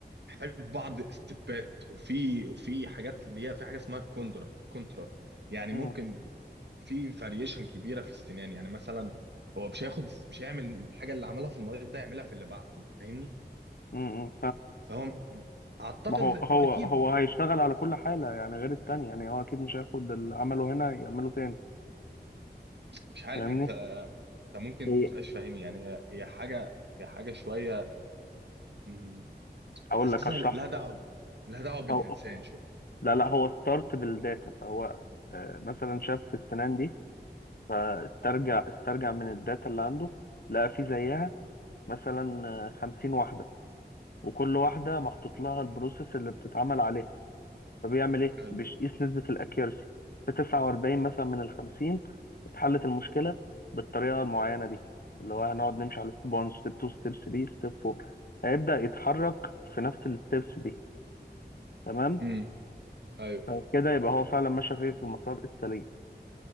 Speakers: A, on the right; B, on the left.
A: محتاج بعض استبات وفي وفي حاجات اللي هي في حاجه اسمها كوندرا كونترا يعني
B: امم
A: ممكن في فاريشن كبيره في السنان يعني مثلا هو مش هياخد مش هيعمل الحاجه اللي عملها في المريض ده يعملها في اللي بعده انت فاهمني
B: امم
A: فهو م- اعتقد
B: ما هو هو
A: هو اكيد
B: هو هيشتغل على كل حالة يعني غير التانية يعني هو أكيد مش هياخد اللي عمله هنا يعمله تاني
A: مش عارف
B: فاهمني؟
A: انت انت ممكن متبقاش
B: هي
A: فاهم يعني هي هي حاجه هي حاجه شويه مم،
B: أقول
A: حاسسها
B: لك أشرح
A: لها
B: لك
A: دعوه لها دعوه بالانسان
B: هو
A: شويه
B: لا لا هو ستارت بالداتا فهو آه، مثلا شاف في السنان دي فاسترجع استرجع من الداتا اللي عنده لقى في زيها مثلا خمسين واحدة وكل واحدة محطوط لها البروسيس اللي بتتعمل عليها فبيعمل ايه
A: حلو.
B: بيقيس نسبة الاكيرسي في 49 مثلا من ال 50 اتحلت المشكلة بالطريقة المعينة دي اللي هو هنقعد نمشي على ستيب 1 ستيب 2 ستيب 3 ستيب 4 هيبدأ يتحرك في نفس الستيبس دي تمام
A: امم ايوه
B: فكده يبقى هو فعلا ماشي في في المسار السليم